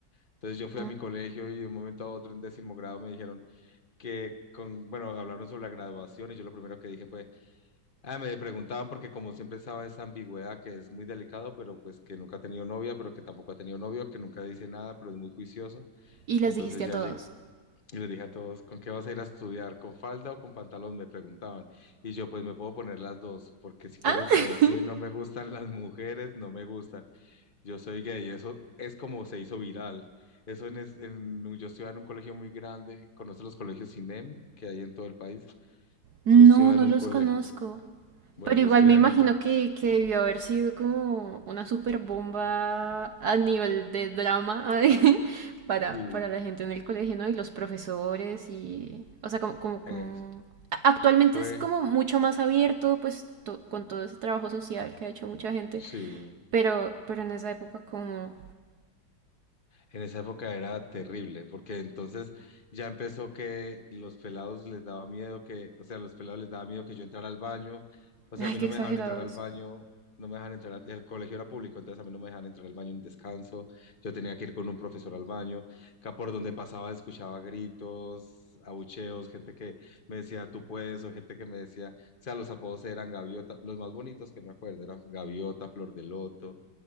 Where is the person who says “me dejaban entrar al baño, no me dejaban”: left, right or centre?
Left